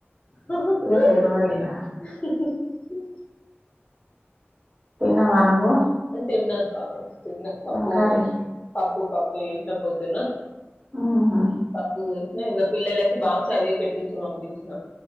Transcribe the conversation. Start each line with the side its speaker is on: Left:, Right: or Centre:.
Left: హు
Right: ఇగ
Left: హు
Right: తెలవదు ఇగ
Left: హు
Right: తిన్నావా నువ్వు
Left: తిన్నక తిన్న పప్పు
Right: ఏం కర్రీ
Left: పప్పు పప్పు చేసిన పోద్దున్న
Right: ఊహూ
Left: పప్పు చేసిన ఇంక పిల్లలకి బాక్స్ అదే పెట్టించు పంపించిన